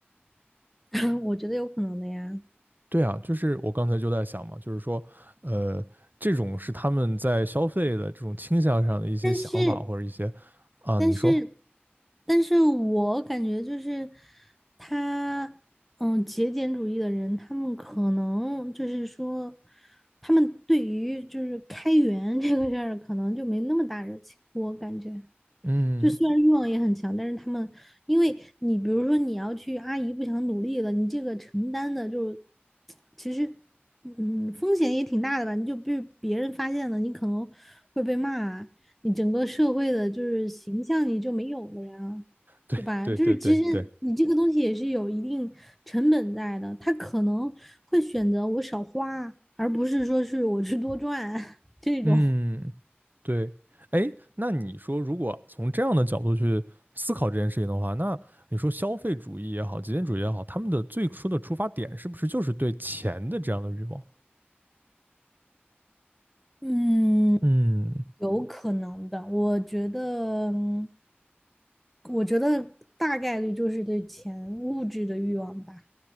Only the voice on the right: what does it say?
对啊，就是我刚才就在想嘛，就是说，呃，这种是他们在消费的这种倾向上的一些想法或者一些，
啊，
你说，
嗯，
对对对对对，
嗯，对，哎，那你说，如果从这样的角度去思考这件事情的话，那你说消费主义也好，极简主义也好，他们的最初的出发点是不是就是对钱的这样的欲望？
嗯